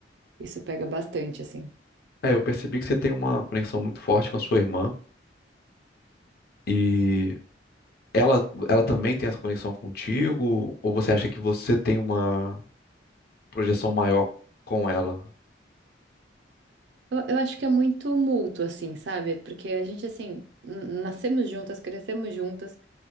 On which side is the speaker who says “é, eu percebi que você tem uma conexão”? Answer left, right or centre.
Left